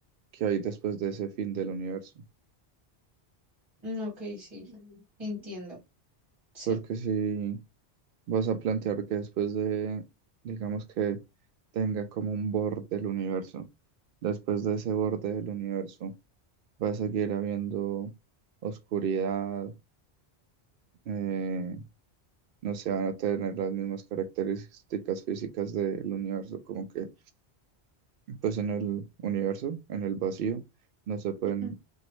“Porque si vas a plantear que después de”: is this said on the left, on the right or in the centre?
Right